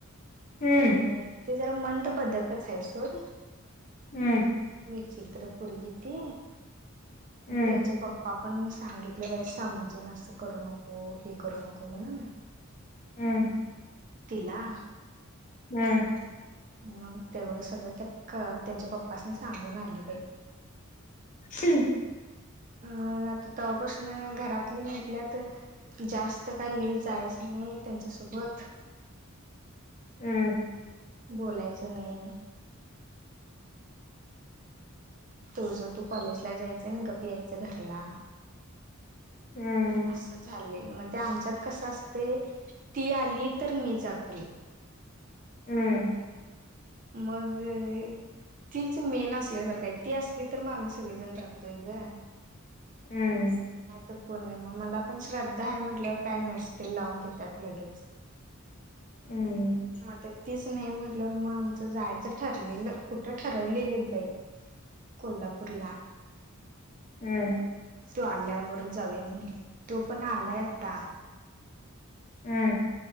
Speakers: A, on the left; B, on the right.
A: हम्म
B: आणि ते जरा मंद बदकच आहे सोड.
A: हम्म.
B: विचित्र पोरगी ती
A: हम्म
B: त्यांच पप्प आपण सांगितलं बाई समजून असं करू नको हे करू नको म्हणून
A: हम्म.
B: तिला
A: हम्म.
B: मग तेवढं सगळं त्या क त्यांच्या पप्पाासनी सांगून आली बाई.
A: हम्म.
B: मग आता तवा पासन घरातली म्हटल्यात जास्त काय लेज आहेस की मंग त्यांच्यासोबत
A: हम्म.
B: बोलायचं नाही. तु जर तू कॉलेजला जायचं आणि गप यायचं घरला
A: हम्म.
B: असं झालंय मग ते आमच्यात कसं असते ती आली तर मी जातोय.
A: हम्म.
B: मग <inaudible> तीच मेन असल्यासारख आहे ती असली तर मग आम्ही सगळीजण जातोय गं.
A: हम्म.
B: कोण नाही, मग मला पण श्रद्धा आहे. म्हटल्यावर काय नसते लावून देतात लगेच.
A: हम्म.
B: मग ते तीच नाही म्हण मग आमचं जायचं ठरलेलं, कुठं ठरवलेलीत बाई. कोल्हापुरला.
A: हम्म.
B: तो आल्यारवरच जाऊया म्हण, तो पण आलाय आत्ता.
A: हम्म.